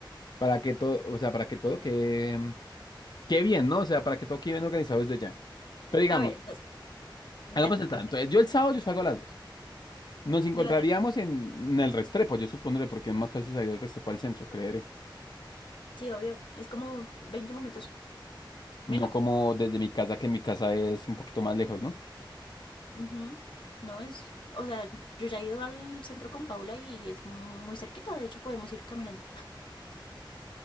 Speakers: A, on the left; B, on the left.
A: para que todo, o sea, para que todo quede, mm, quede bien, ¿no? O sea, para que todo quede bien organizado desde ya. Pero digamos,
B: A ver, entonces, dale,
A: hagamos el plan.
B: habla.
A: Entonces, yo el sábado yo salgo a las dos. Nos encontraríamos
B: De la tarde.
A: en, en el Restrepo, yo supondré, porque es más fácil salir del Restrepo al centro, creeré.
B: Sí, obvio. Es como 20 minutos menos.
A: No como desde mi casa, que mi casa es un poquito más lejos, ¿no?
B: Ujú. No es, o sea, yo ya he ido al centro con Paula y es muy cerquita. De hecho, podemos ir caminando.